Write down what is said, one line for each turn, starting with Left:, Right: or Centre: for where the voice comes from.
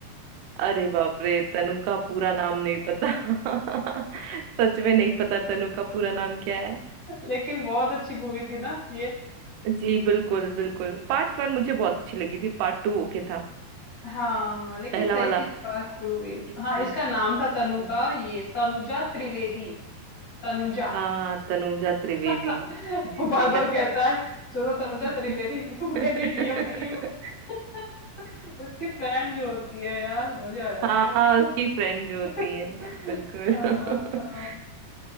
Right: अरे बाप रे तनु का पूरा नाम नहीं पता <laughs> सच में नहीं पता तनु का पूरा नाम क्या है
Left: लेकिन बहुत अच्छी मूवी थी ना ये
Right: जी बिल्कुल बिल्कुल पार्ट वन मुझे बहुत अच्छी लगी थी पार्ट टू ओके था
Left: हाँ हाँ लेकिन
Right: पहला
Left: सही
Right: वाला
Left: थी पार्ट टू भी
Right: जी
Left: हाँ इसका नाम था तनु
Right: जी
Left: का ये तनुजा त्रिवेदी तनुजा
Right: हाँ तनुजा त्रिवेदी
Left: <laughs>
Right: जी
Left: वो बार
Right: सही
Left: बार
Right: कहा
Left: कहता है सुनो तनुजा
Right: <laughs>
Left: त्रिवेदी तुम कहेंगे डीएम नहीं हो <laughs> उसकी फ्रेंड जो होती है यार मजे आ जाते
Right: हाँ
Left: हैं
Right: हाँ उसकी फ्रेंड जो होती
Left: <laughs>
Right: है हाँ, बिल्कुल
Left: हाँ,
Right: <laughs>
Left: हाँ।